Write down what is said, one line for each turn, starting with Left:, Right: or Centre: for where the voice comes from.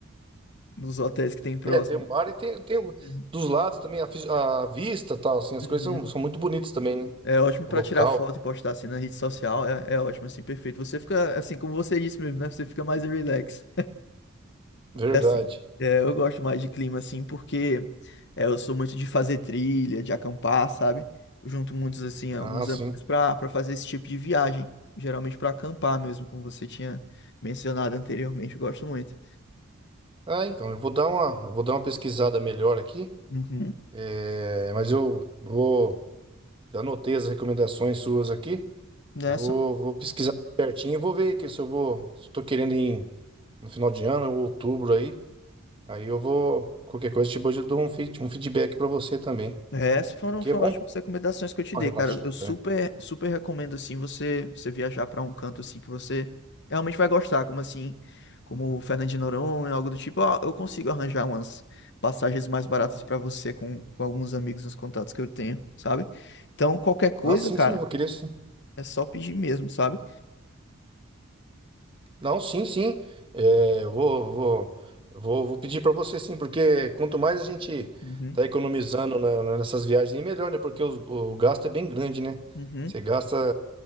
Left: Nos hotéis que tem próximo.
Right: É, tem o mar e tem, tem o-
Left: Uhum.
Right: dos lados também a, fis- a vista tal, assim, as
Left: Uhum.
Right: coisas são, são muito bonitas também, né?
Left: É ótimo pra
Right: O local,
Left: tirar foto e postar assim na rede social. É, é ótimo, assim, perfeito. Você fica, assim, como você disse mesmo, né? Você fica mais relax.
Right: verdade.
Left: É assim, é, eu gosto mais de clima, assim, porque é, eu sou muito de fazer trilha, de acampar, sabe? Eu junto muitos, assim, alguns
Right: Ah, sim.
Left: amigos pra, para fazer esse tipo de viagem. Geralmente pra acampar mesmo, como você tinha mencionado anteriormente. Eu gosto muito.
Right: Ah, então, eu vou dar uma, eu vou dar uma pesquisada melhor aqui,
Left: Uhum.
Right: é, mas eu vou Já anotei as recomendações suas aqui.
Left: Né?
Right: Eu vou, vou pesquisar certinho e vou ver que se eu vou, se eu tô querendo ir em- no final de ano ou outubro aí, aí eu vou, qualquer coisa, tipo, hoje eu dou um, feed- um feedback para você também,
Left: É, Essas foram,
Right: porque
Left: foram
Right: é bom
Left: ótimas
Right: dar
Left: recomendações que eu te dei,
Right: uma relaxada,
Left: cara. Eu super,
Right: né?
Left: super recomendo assim você, você viajar para um canto assim que você realmente vai gostar, como assim, como Fernando de Noronha, algo do tipo. Ó, eu consigo arranjar umas passagens mais baratas para você com, com alguns amigos nos contatos que eu tenho, sabe? Então, qualquer coisa,
Right: Não, sim,
Left: cara,
Right: sim, eu vou querer sim.
Left: é só pedir mesmo, sabe?
Right: Não, sim, sim. É, eu vou, vou, vou, vou pedir para você sim, porque quanto mais a gente
Left: Uhum,
Right: tá economizando na- na- nessas viagens, melhor, né? Porque o, o gasto é bem grande, né?
Left: uhum,
Right: Você gasta,